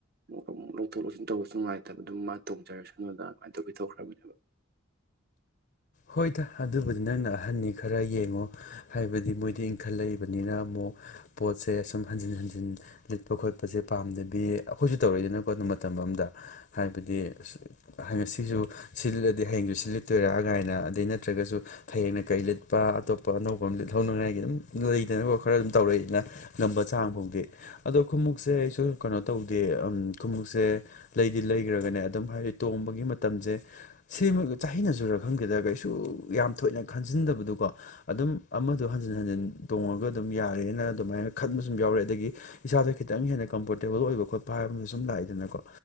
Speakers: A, on the right (about 50°); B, on the left (about 55°).
A: ꯑꯃꯨꯛ ꯑꯃꯨꯛ ꯂꯧꯊꯣꯛ ꯂꯧꯁꯤꯟ ꯇꯧꯕꯁꯨ ꯅꯨꯡꯉꯥꯏꯇꯕꯗꯣ ꯃꯥ ꯇꯣꯡꯖꯔꯁꯅꯨꯗ ꯑꯗꯨꯃꯥꯏ ꯇꯧꯔ ꯄꯤꯊꯣꯛꯈ꯭ꯔꯕꯅꯦꯕ
B: ꯍꯣꯏꯗ ꯑꯗꯨꯕꯨꯗꯤ ꯅꯪꯅ ꯑꯍꯥꯟꯅꯤ ꯈꯔ ꯌꯦꯡꯉꯣ꯫ ꯍꯥꯏꯕꯗꯤ ꯃꯣꯏꯗꯤ ꯏꯟꯈꯠꯂꯛꯏꯕꯅꯤꯅ ꯑꯃꯨꯛ ꯄꯣꯠꯁꯦ ꯁꯨꯝ ꯍꯟꯖꯤꯟ ꯍꯟꯖꯤꯟ ꯂꯤꯠꯄ ꯈꯣꯠꯄꯁꯦ ꯄꯥꯝꯗꯕꯤ ꯑꯩꯈꯣꯏꯁꯨ ꯇꯧꯔꯛꯏꯗꯅꯀꯣ ꯑꯗꯨ ꯃꯇꯝ ꯑꯃꯗ ꯍꯥꯏꯕꯗꯤ ꯉꯁꯤꯁꯨ ꯁꯤ ꯂꯤꯠꯂꯗꯤ ꯍꯌꯦꯡꯁꯨ ꯁꯤ ꯂꯤꯠ ꯇꯣꯏꯔꯥ ꯍꯥꯏꯅ ꯑꯗꯩ ꯅꯠꯇ꯭ꯔꯒꯁꯨ ꯍꯌꯦꯡꯅ ꯀꯩ ꯂꯤꯠꯄ ꯑꯇꯣꯞꯄ ꯑꯅꯧꯕ ꯑꯃ ꯂꯤꯠꯍꯧꯅꯉꯥꯏꯒꯤ ꯑꯗꯨꯝ ꯂꯩꯗꯅ ꯈꯔ ꯑꯗꯨꯝ ꯇꯧꯔꯛꯏꯗꯅ ꯉꯝꯕ ꯆꯥꯡ ꯐꯥꯎꯗꯤ ꯑꯗꯣ ꯈꯤ ꯑꯩꯁꯨ ꯀꯩꯅꯣ ꯇꯧꯗꯦ ꯈꯨꯃꯨꯛꯁꯦ꯫ ꯂꯩꯗꯤ ꯂꯩꯈ꯭ꯔꯒꯅꯦ ꯑꯗꯨꯝ ꯍꯥꯏꯗꯤ ꯇꯣꯡꯝꯕꯒꯤ ꯃꯇꯝꯁꯦ ꯁꯤꯃ ꯆꯍꯤꯅ ꯁꯨꯔꯒ꯫ ꯈꯪꯗꯦꯗ ꯀꯩꯁꯨ ꯌꯥꯝ ꯊꯣꯏꯅ ꯈꯟꯖꯤꯟꯗꯕꯗꯨꯀꯣ꯫ ꯑꯗꯨꯝ ꯑꯃꯗꯣ ꯍꯟꯖꯤꯟ ꯍꯟꯖꯤꯟ ꯇꯣꯡꯉꯒ ꯑꯗꯨꯝ ꯌꯥꯔꯦꯅ ꯑꯗꯨꯃꯥꯏꯅ ꯈꯟꯕ ꯁꯨꯝ ꯌꯥꯎꯔꯦ ꯑꯗꯒꯤ꯫ ꯏꯁꯥꯗ ꯈꯤꯇꯪ ꯍꯦꯟꯅ ꯀꯝꯐꯣꯔꯇꯦꯕꯜ ꯑꯣꯏꯕ ꯈꯣꯠꯄ ꯍꯥꯏꯕ ꯑꯃ ꯁꯨꯝ ꯂꯥꯛꯏꯗꯅꯀꯣ꯫